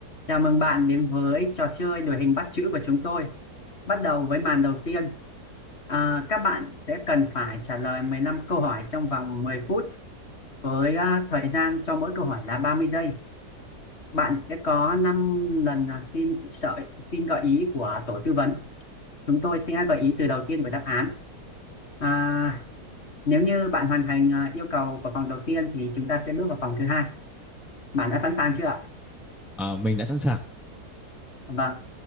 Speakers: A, on the left; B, in the centre.
A: Chào mừng bạn đến với trò chơi đuổi hình bắt chữ của chúng tôi. Bắt đầu với màn đầu tiên. À, các bạn sẽ cần phải trả lời 15 câu hỏi trong vòng 10 phút với à, thời gian cho mỗi câu hỏi là 30 giây. Bạn sẽ có 5 lần à, xin sợ, xin gợi ý của tổ tư vấn. Chúng tôi sẽ gợi ý từ đầu tiên của đáp án. À, nếu như bạn hoàn thành à, yêu cầu của vòng đầu tiên thì chúng ta sẽ bước vào vòng thứ hai. Bạn đã sẵn sàng chưa ạ?
B: À, mình đã sẵn sàng.
A: Vâng,